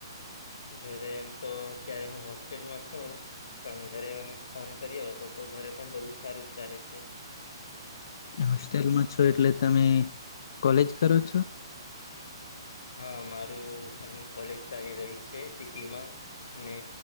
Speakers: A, on the left; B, on the left.
A: ઘેરે એમ તો અત્યારે હું હોસ્ટેલમાં છું. પણ ઘરે ફોન કર્યો હતો તો ઘરે પણ બધું સારું જ ચાલે છે.
B: હોસ્ટેલમાં છો એટલે તમે કોલેજ કરો છો?
A: હા મારું અહીં કોલેજ ચાલી રહી છે ચીખલીમાં. અને